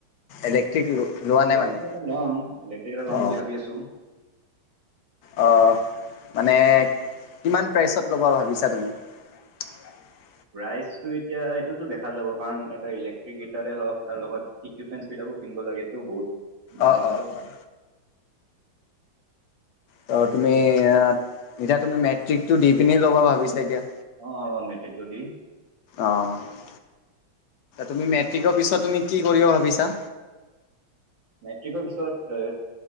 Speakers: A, on the left; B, on the right.
A: এনে ঠিক লোৱা নাই
B: ইলেক্ট্ৰিক
A: মানে
B: এটা ল'ম ইলেক্ট্ৰিক এটা ল'ম
A: অ।
B: বুলি ভাবি আছো
A: অ মানে কিমান প্ৰাইচত ল'বা ভাবিছা তুমি? <unintelligible>
B: প্ৰাইচটো এতিয়া এইটোতো দেখা যাব। কাৰণ এটা ইলেক্ট্ৰিক গীতাৰে হওক, তাৰ লগত ইকুইপমেন্ট বিলাক কিনিব লাগেতো বহুত। দাম
A: অঁ
B: আছে
A: অঁ অঁ। ত তুমি এতিয়া তুমি মেট্ৰিকটো দি পিনি ল'বা ভাবিছা এতিয়া?
B: অ অ মেট্ৰিকটো দি।
A: অ'। তুমি মেট্ৰিকৰ পিছত তুমি কি কৰিব ভাবিছা?
B: মেট্ৰিকৰ পিছত এ